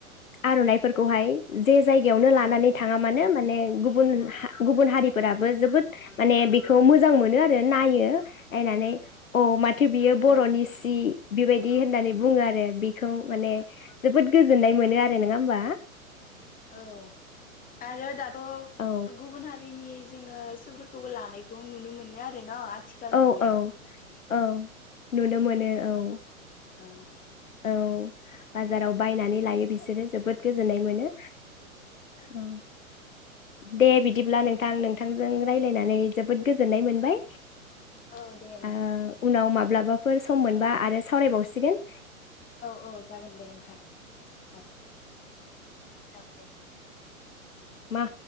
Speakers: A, on the left; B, on the left.
A: आरनाइफोरखौहाय जे जाया जायगायावनो लानानै
B: औ
A: थाङा मानो माने गुबुन हा गुबुन हारिफोराबो जोबोद माने बेखौ मोजां मोनो आरो नायो नायनानै औ मथ एखे बियो बर'नि
B: औ
A: सि बिबाय दि होननानै बुङो आरो बिखौ माने जोबोद गोजोननाय मोनो आरो नङा होमबा।
B: औ आरो दाथ
A: औ
B: गुबुन हारिनि जोङो सुफोरखौबो लानायखौ नुनो मोनो आरो न आथिखाल
A: औ
B: मुगायाव
A: औ औ नुनो मोनो औ
B: औ
A: औ बाजाराव बायनानै लायो बिसोरो जोबोद गोजोननाय मोनो।
B: औ
A: औ दे बिदिब्ला नोंथां नोंथांजों राय्लायनानै जोबोद गोजोननाय मोनबाय।
B: औ दे नोंथां
A: ओ उनाव माब्लाबा। फोर सम मोनबा आरो सावरायबावसिगोन।
B: औ औ जागोन दे नोंथां औ औ दे
A: मा